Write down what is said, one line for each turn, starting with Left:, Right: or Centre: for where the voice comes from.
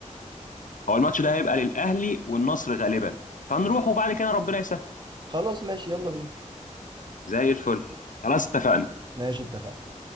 Left: هو الماتش ده هيبقى للاهلي والنصر غالبا فهنروح وبعد كده ربنا يسهل
Right: خلاص ماشي يلا بينا
Left: زي الفل خلاص اتفقنا
Right: ماشي اتفقنا